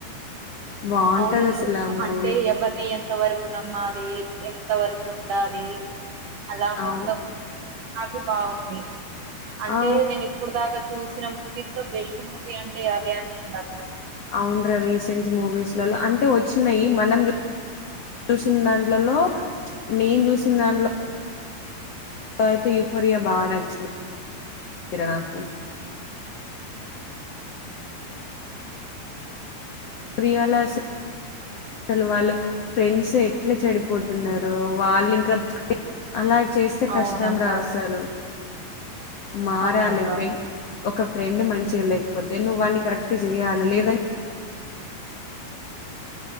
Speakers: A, on the left; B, on the right.
A: బాగుంటది
B: అవును
A: అసలు ఆ మూవీ
B: అంటే ఎవరిని ఎంత వరకు నమ్మాలి ఇంత వరకు ఉండాలి అలా
A: అవు
B: మొత్తం అవి బాగుంది అంటే
A: ఆ
B: నేను ఇప్పుడు దాగ చూసిన మూవీస్ లో బెస్ట్ మూవీ అంటే అదే అనుకుంటాక్క
A: అవునురా రీసెంట్ మూవీస్లలో అంటే వచ్చినాయి మనం చూసిన దాంట్లలో నేను చూసిన దాంట్లో దాంట్లో అయితే యుఫోరియా బాగా నచ్చింది రా నాకు రవాళ స అసలు వాళ్ళు ఫ్రెండ్స్ ఎట్లా చెడిపోతున్నారు వాళ్ళు ఇంకా అలా చేస్తే
B: అవునక్క
A: కష్టం రా అసలు మారాలి
B: అవునక్క
A: ఒక ఫ్రెండ్ మంచిగా లేకపోతే నువ్వువాని కరెక్ట్ చేయాలి లేదని